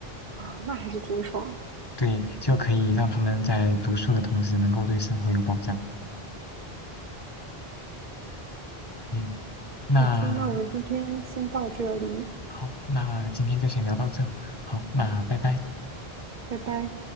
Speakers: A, on the right (about 50°); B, on the left (about 25°).
A: 啊，那还是挺爽。
B: 对，就可以让他们在读书的同时能够对生活有保障。嗯，那
A: 好的，那我们今天先到这里，
B: 好，那今天就先聊到这。好，那拜拜。
A: 拜拜。